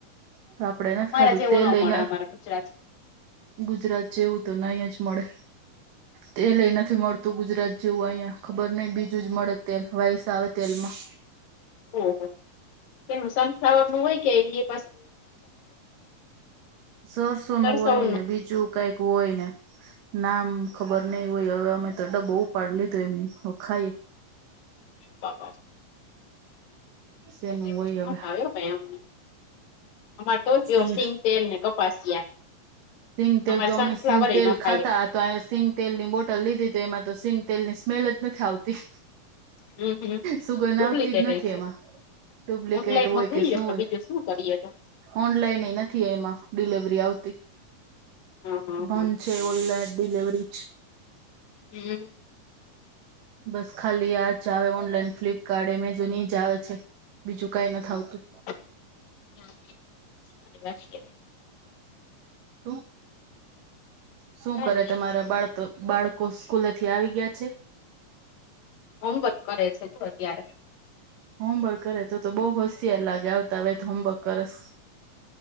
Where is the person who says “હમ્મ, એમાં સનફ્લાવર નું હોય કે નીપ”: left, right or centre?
Left